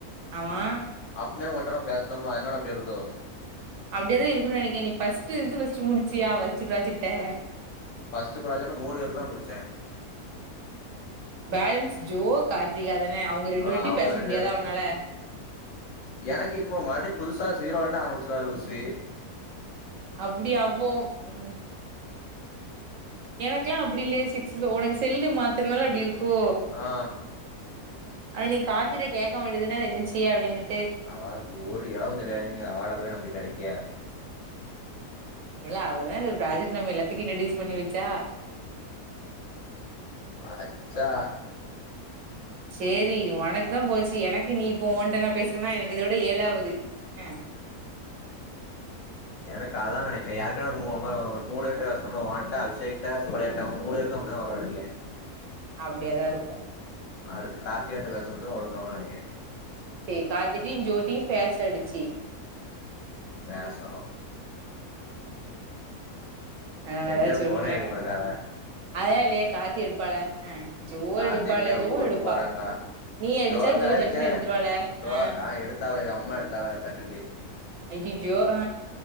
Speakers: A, on the right; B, on the left.
A: ஆமா
B: அப்பே மட்டு பேசனோலா அதுனால அப்டி வருதோ
A: அப்டிய தா இருக்கு நினைக்கன நீ ஃபர்ஸ்ட் இது ஃபர்ஸ்ட் முடிச்சியா ஃபர்ஸ்டு ஃப்ராஜெக்ட்ட
B: ஃபர்ஸ்டு ஃப்ராஜக்ட்ல மூணு பேரு தா முடிசே
A: பேலன்ஸ் ஜோ கார்த்திகா தானே அவுங்க ரெண்டு
B: ஆ
A: பேர்டயு
B: அவுங்க
A: பேச
B: ரெண்டு
A: முடியாதா
B: பேருக்கு
A: உன்னால
B: எனக்கு இப்ப மறுபடியு புதுசா சீரோ வந்து ஆரம்பச்சிடலா லூசி
A: அப்டியா அப்போ ம் எனக்கொல்லா அப்டி இல்லையே சிக்ஸ் உனக்கு செல்லு மாத்தனனால அப்டி இருக்கோ
B: ஆ
A: அது நீ காத்திட்ட கேட்க வேண்டியது தானே இது என்ன செய்ய அப்டின்னு
B: அவளுக்கு ஒரு இழவு தெரியாதீங்க அவள போய் நம்பி கடைக்கே
A: இல்ல அவதா இந்த ப்ராஜெட் நம்ம எல்லாத்துக்கு ரெடியூஸ் பண்ணி வச்சா
B: வச்சா
A: சேரி உனக்கு தா போச்சு எனக்கு நீ இப்ப ஒ ஓன்ட நா பேசுறன்னா எனக்கு இத விட ஏழாவது ஆ
B: எனக்கு அதா நெனைக்கே யாருக்காவது ஒரு முணு ஒரு முணு task one task eight task <unintelligible> உங்க மூணு பேருக்கு அப்டிதா வருன் நெனைக்குற
A: அப்டியாதா இருக்கு
B: அடுத்து கார்த்திகாட்ட பேசம் வச்சுதா ஒழுங்காவுனு நைக்குற
A: சேரி பாத்துட்டு ஜோட்டியு பேசாடிச்சு
B: பேசணு
A: நானு
B: ரெண்டு
A: எதாச்சு
B: பேரு
A: சொல்லுவே
B: ஃபோனே எடுக்க மாட்டக்காவ
A: அதல்லா இல்லயே கார்த்தி இருப்பானே ம் ஜோ
B: கார்த்தி
A: எடுப்பாலே
B: எங்கயோ
A: ஜோ
B: ஊருக்கு
A: எடுப்பா
B: போறாங்க
A: நீ அடுச்சா
B: ஜோக்கு
A: ஜோ
B: அடிச்சே
A: சட்டுனு எடுத்துருவாளே
B: ஜோ
A: ஆ
B: எடுத்தாவ அம்மா எடுத்தாவ சட்டுன்டி
A: அய்ய ஜோ ஆ